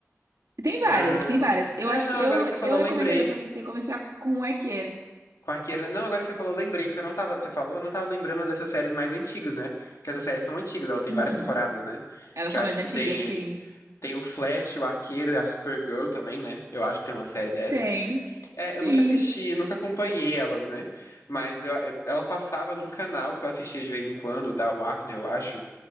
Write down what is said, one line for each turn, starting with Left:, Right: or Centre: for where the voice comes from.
Right: E tem várias,
Left: Ah,
Right: tem várias. Eu
Left: é,
Right: acho
Left: não,
Right: que eu,
Left: agora que você falou,
Right: eu recomendaria
Left: lembrei.
Right: pra você começar com o Arqueiro.
Left: Quarqueira. Não, agora que você falou, eu lembrei, porque eu não tava. Você falou, eu não tava lembrando dessas séries mais antigas, né? Porque essas séries são antigas, elas têm
Right: Uhum.
Left: várias temporadas, né?
Right: Elas
Left: Que
Right: são
Left: eu acho
Right: mais
Left: que
Right: antigas?
Left: tem.
Right: Sim.
Left: Tem o Flash, o Arqueiro, a Supergirl também, né? Eu acho que tem uma série dessa.
Right: Tem.
Left: É,
Right: Sim.
Left: eu nunca assisti, nunca acompanhei elas, né? Mas eu- eh, ela passava num canal que eu assistia de vez em quando, da Warner, eu acho.